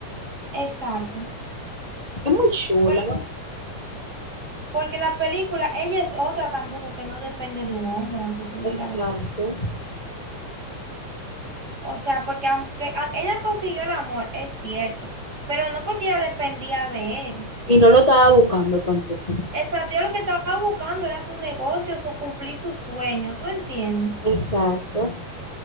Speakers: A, on the right; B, on the left.
A: Exacto.
B: Es muy chula,
A: Porque, porque la película, ella es otra tampoco que no depende de un hombre, aunque tú digas
B: exacto.
A: lo- O sea, porque aunque a- ella consiguió el amor, es cierto, pero no porque ella dependía de él.
B: Y no lo estaba buscando tampoco.
A: Exacto, ella lo que estaba buscando era su negocio, su cumplir su sueño, ¿tú entiendes?
B: Exacto.